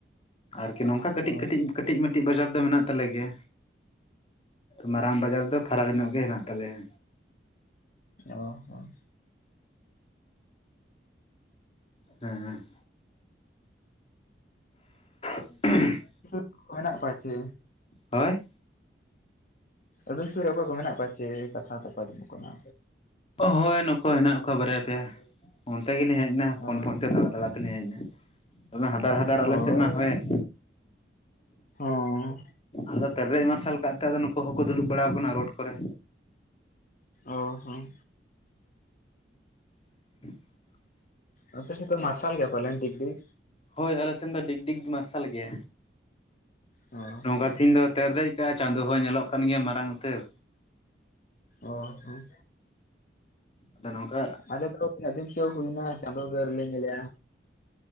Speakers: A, on the left (about 35°); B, on the left (about 50°).
A: ᱟᱨᱠᱤ ᱱᱚᱝᱠᱟ ᱠᱟᱹᱴᱤᱡ
B: ᱚ
A: ᱠᱟᱹᱴᱤᱡ, ᱠᱟᱹᱴᱤᱡ ᱠᱟᱴᱤᱡ ᱵᱟᱡᱟᱨ ᱠᱚ ᱫᱚ ᱢᱮᱱᱟᱜ ᱛᱟᱞᱮ ᱜᱮᱭᱟ᱾ ᱢᱟᱨᱟᱝ ᱵᱟᱡᱟᱨ ᱫᱚ ᱯᱷᱟᱨᱟᱠ ᱧᱚᱜ ᱜᱮ ᱦᱮᱱᱟᱜ ᱛᱟᱞᱮᱭᱟ᱾
B: ᱚᱸᱻᱦᱚᱸ
A: ᱦᱮᱸ <unintelligible>
B: <inaudible> ᱢᱮᱱᱟᱜ ᱠᱚᱣᱟ ᱪᱮ
A: ᱦᱳᱭ
B: ᱟᱵᱤᱱ ᱥᱩᱨ ᱨᱮ ᱚᱠᱚᱭ ᱠᱚ ᱢᱮᱱᱟᱜ ᱠᱚᱣᱟ ᱪᱮ ᱠᱟᱛᱷᱟ ᱛᱟᱠᱚ ᱟᱸᱡᱚᱢᱚᱜ ᱠᱟᱱᱟ᱾
A: ᱦᱳᱭ ᱱᱩᱠᱩ ᱦᱮᱱᱟᱜ ᱠᱚᱣᱟ ᱵᱟᱨᱭᱟ ᱯᱮᱭᱟ ᱚᱱᱛᱮ ᱜᱮᱞᱤᱧ ᱦᱮᱡ ᱱᱟ ᱯᱷᱳᱱ
B: ᱚ
A: ᱯᱷᱳᱱ ᱛᱮ ᱫᱟᱲᱟ ᱫᱟᱲᱟ ᱛᱮ᱾ ᱛᱤᱞᱤᱧ ᱦᱮᱡᱱᱟ ᱫᱚᱢᱮ ᱦᱟᱫᱟᱨ ᱦᱟᱫᱟᱨ ᱟᱞᱮ
B: ᱦᱳᱭ
A: ᱥᱮᱫ ᱢᱟᱭ ᱦᱳᱭᱮᱫ
B: ᱦᱚᱸ
A: ᱟᱫᱚ ᱛᱮᱨᱮᱡ ᱢᱟᱨᱥᱟᱞ ᱟᱠᱟᱫᱛᱮ ᱟᱫᱚ ᱱᱩᱠᱩ ᱦᱚᱸ ᱠᱚ ᱫᱩᱲᱩᱵ ᱵᱟᱲᱟ ᱠᱟᱱᱟ ᱨᱳᱰ ᱠᱚᱨᱮ᱾
B: ᱚᱸᱻᱦᱚᱸ
A: <unintelligible>
B: ᱟᱯᱮ ᱥᱮᱱ ᱫᱚ ᱢᱟᱨᱥᱟᱞ ᱜᱮᱭᱟ ᱯᱟᱞᱮᱱ ᱰᱤᱠ ᱰᱤᱠ?
A: ᱦᱳᱭ ᱟᱞᱮ ᱥᱮᱱ ᱫᱚ ᱰᱤᱠ ᱰᱤᱠ ᱢᱟᱨᱥᱟᱞ ᱜᱮᱭᱟ᱾
B: ᱚ
A: ᱱᱚᱝᱠᱟ
B: ᱦᱚᱸ
A: ᱛᱮᱦᱮᱧ ᱫᱚ ᱛᱮᱨᱫᱮᱡ ᱪᱟᱸᱫᱚ ᱦᱚᱸᱭ ᱧᱮᱞᱚᱜ ᱠᱟᱱ ᱜᱮᱭᱟ ᱢᱟᱨᱟᱝ ᱩᱛᱟᱹᱨ᱾
B: ᱚᱸᱻᱦᱚᱸ
A: ᱟᱫᱚ ᱱᱚᱝᱠᱟ
B: ᱟᱞᱮ ᱫᱚ ᱛᱤᱱᱟᱹᱜ ᱫᱤᱱ ᱪᱚ ᱦᱩᱭ ᱱᱟ ᱪᱟᱸᱫᱚ ᱜᱮ ᱟᱣᱨᱤ ᱞᱮ ᱧᱮᱞᱮᱭᱟ᱾